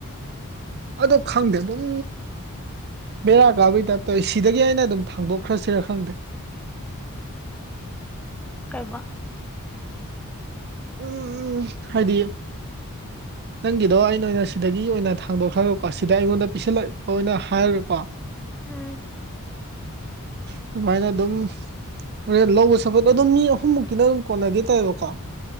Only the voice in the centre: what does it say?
ꯀꯩꯕ
<inaudible>
ꯎꯝ